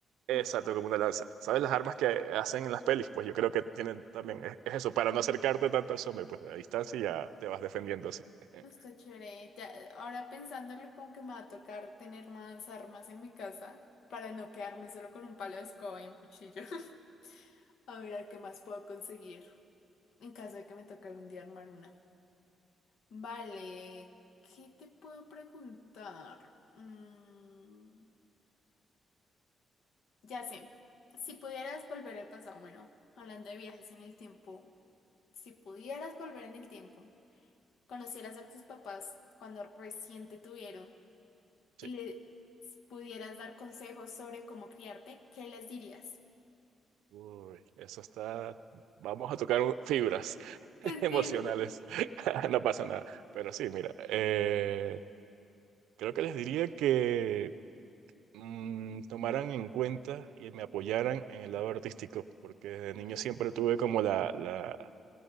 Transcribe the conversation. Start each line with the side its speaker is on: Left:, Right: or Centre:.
Right: exacto,
Left: justo.
Right: como una lanza. ¿Sabes las armas que hacen en las pelis? Pues yo creo que tienen también... Es, es eso, para no acercarte tanto al zombie, pues a distancia ya te vas defendiendo así. <laughs>
Left: Está chévere. Ya, ahora pensándolo, como que me va a tocar tener más armas en mi casa para no quedarme solo con un palo de escoba y un cuchillo. <laughs> A ver, a ver qué más puedo conseguir en caso de que me toque algún día armar una. Vale, ¿qué te puedo preguntar? Mm, ya sé, si pudieras volver al pasado, bueno, hablando de viajes en el tiempo, si pudieras volver en el tiempo, conocieras a tus papás cuando recién te tuvieron
Right: Sí.
Left: y les pudieras dar consejos sobre cómo criarte, ¿qué les dirías?
Right: Uy, eso está... Vamos a tocar un- fibras <laughs>
Left: Pues
Right: emocionales.
Left: dile.
Right: <laughs> No pasa nada. Pero sí, mira, eh, creo que les diría que... mm, tomaran en cuenta y me apoyaran en el lado artístico, porque desde
Left: Ok.
Right: niño siempre tuve como la, la,